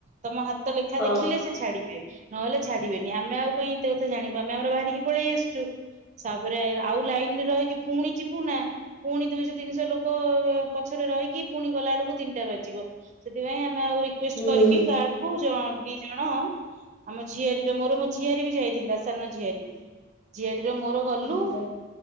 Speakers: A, on the right; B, on the left.
A: ତମ ହାତ ଲେଖା
B: ହଁ
A: ଦେଖିଲେ ସେ ଛାଡିବେ। ନହେଲେ ଛାଡ଼ିବେନି ଆମେ ଆଉ କାଇଁ ଏତ କଥା ଜାଣିବୁ ଆମ ଆମର ବାହାରିକି ପଳେଇ ଆସିଚୁ। ତାପରେ ଆଉ ଲାଇନିରେ ରହିକି ପୁଣି ଯିବୁନା? ପୁଣି ଦୁଇଶହ ତିନିଶହ ଲୋକ ପଛରେ ରହିକି ପୁଣି ଗଲାବେଳକୁ ତିନିଟା ବାଜିବ। ସେଥିପାଇଁ ଆମେ ଆଉ ରିକୁଏଷ୍ଟ
B: ହୁଁ।
A: କରିକି ଗାର୍ଡକୁ ଜ ଦିଜଣ ଆମ ଝିଆରୀର ମୋର ମୋ ଝିଆରୀବି ଯାଇଥିଲା ସାନ ଝିଆରୀ। ଝିଆରୀର ମୋର ଗଲୁ।
B: ଓହୋ